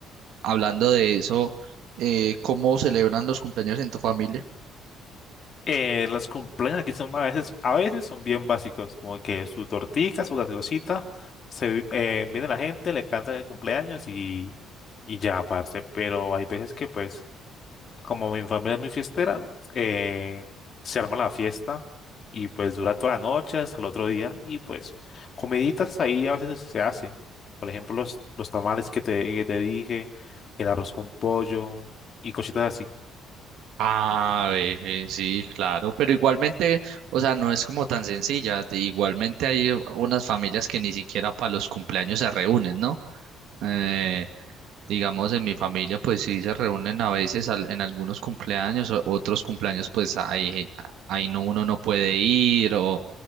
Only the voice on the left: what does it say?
Eh, las cumpleaños aquí son a veces, a veces son bien básicos, como que su tortica, su gaseosita, se, eh, viene la gente, le cantan el cumpleaños y, y ya, parce, pero hay veces que pues como mi familia es muy fiestera, eh, se arma la fiesta y pues dura toda la noche hasta el otro día y pues comiditas ahí a veces se hace. Por ejemplo, los, los tamales que te, que te dije, el arroz con pollo y cositas así.